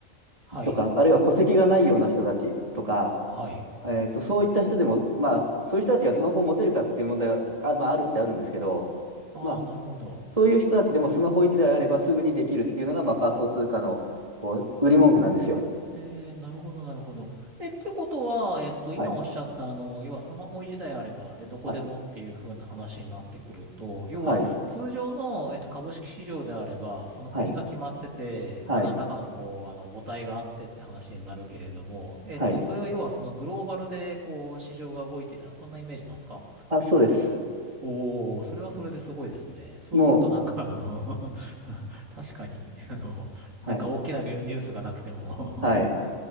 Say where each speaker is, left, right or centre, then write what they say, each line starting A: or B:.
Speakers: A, on the right; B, on the right.
A: はい。
B: とか、あるいは戸籍がないような人たちとか、
A: はい。
B: えーと、そういった人でも、まあ、そういう人たちがスマホを持てるかっていう問題は、あ、まあ、あるっちゃあるんですけど、
A: ああ、
B: まあ、
A: なるほど。
B: そういう人たちでもスマホ1台あればすぐにできるっていうのが、まあ、仮想通貨のこう売り文句なんですよ。
A: えー、なるほど、なるほど。え、ってことは、えっと、
B: はい。
A: 今おっしゃった、あの、要はスマホ一台あれば、で、どこでもっていう風な話になってくると、
B: はい。
A: 要は、
B: はい。
A: 通常の、えっと、株式市場であれば、その国が決まってて、
B: はい。はい。
A: まあ、何らかの、こう、あの、母体があってって話になるけれども、えっと、
B: はい。
A: それは要は、そのグローバルで、こう、市場が動いてるような、そんなイメージなんですか
B: あ、そうです。
A: おー、それはそれですごいですね。そうすると、
B: もう、
A: なんか、あの <laughs> 確かに、あの、
B: はい、
A: なんか大きなニュースがなくても
B: はい。